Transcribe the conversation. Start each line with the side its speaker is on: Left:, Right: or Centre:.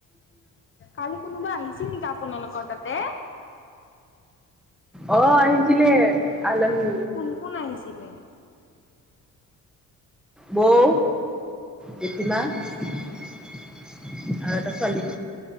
Left: কালি কোনোবা আহিছিল নেকি আপোনালোকৰ তাতে?
Centre: অ, আহিছিল আলহী।
Left: কোন কোন আহিছিলে?
Centre: বৌ, জেঠিমা। আৰু এটা ছোৱলী।